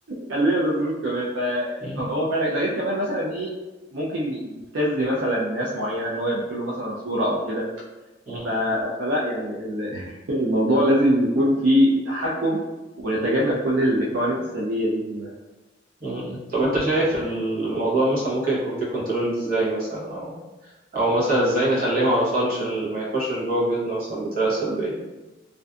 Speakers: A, on the right (about 80°); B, on the right (about 50°).
A: خلوه ياخد ذنوب كمان ف...
B: مم.
A: فهو فعلا ده غير كمان مثلا ايه ممكن يبتز مثلا ناس معينه ان هو يرسل له مثلا صوره او كده
B: مم.
A: ف... فلا يعني ال- الموضوع لازم يكون فيه تحكم ونتجنب كل الجوانب السلبيه دي منه.
B: مم. طب انت شايف الموضوع مثلا ممكن يكون فيه كنترول ازاي مثلا او او مثلا ازاي نخليه ما يوصلش ال- ما يخشش جوه بيوتنا مثلا بطريقه سلبيه